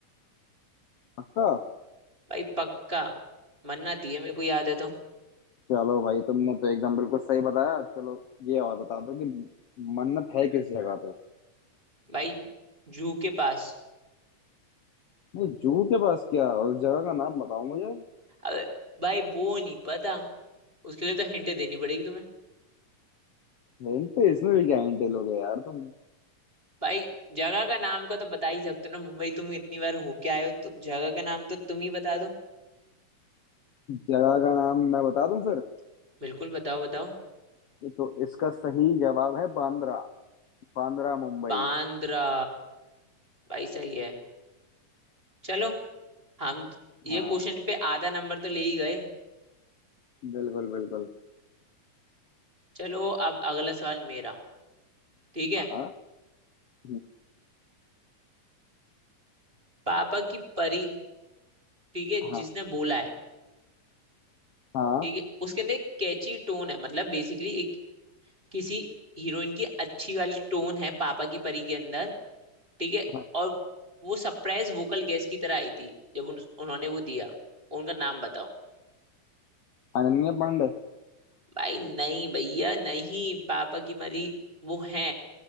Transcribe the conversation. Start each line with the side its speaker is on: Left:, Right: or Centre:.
Left: पक्का
Right: भाई पक्का मन्नत ही है मेरे को याद है तो
Left: चलो भाई तुमने तो एकदम बिल्कुल सही बताया चलो ये और बता दो कि मन्नत है किस जगह पे
Right: भाई जू के पास
Left: नहीं जूहू के पास क्या उस जगह का नाम बताओ मुझे
Right: अबे भाई वो नहीं पता उसके लिए तो हिंट देनी पड़ेगी तुम्हें
Left: हिंट तो इसमें भी क्या हिंट लोगे यार तुम
Right: भाई जगह का नाम का तो बता ही सकते हो ना मुंबई तुम इतनी बार होके आए हो तो जगह का नाम तो तुम ही बता दो
Left: जगह का नाम मैं बता दूं फिर
Right: बिल्कुल बताओ बताओ
Left: ये तो इसका सही जवाब है बांद्रा बांद्रा मुंबई
Right: बांद्रा भाई सही है चलो हम त- ये
Left: हाँ
Right: क्वेश्चन पे आधा नंबर तो ले ही गए
Left: बिल्कुल बिल्कुल
Right: चलो अब अगला सवाल मेरा ठीक है
Left: हाँ हाँ हम्म,
Right: पापा की परी ठीक है
Left: हाँ
Right: जिसने बोला है
Left: हाँ
Right: ठीक है उसके अंदर एक कैची टोन है मतलब बेसिकली एक किसी हीरोइन की अच्छी वाली टोन है पापा की परी के अंदर ठीक है
Left: हाँ,
Right: और वो सरप्राइज वोकल गेस्ट की तरह आई थी जब उन, उन्होंने वो दिया उनका नाम बताओ
Left: अनन्या पांडे
Right: भाई नहीं भैया नहीं पापा की मरी वो है